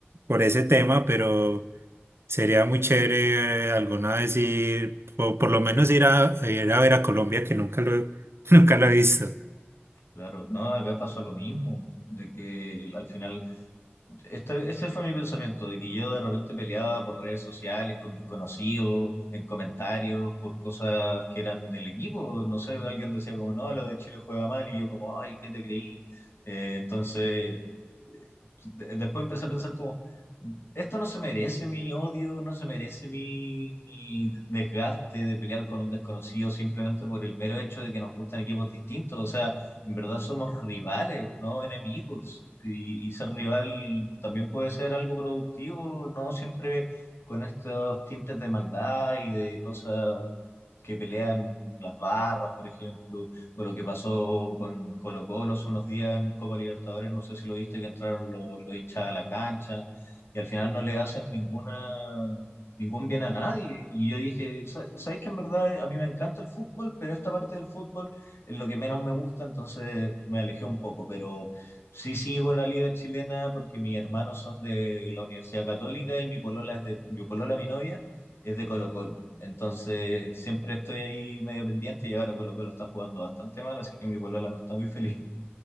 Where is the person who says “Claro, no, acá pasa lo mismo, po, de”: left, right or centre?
Left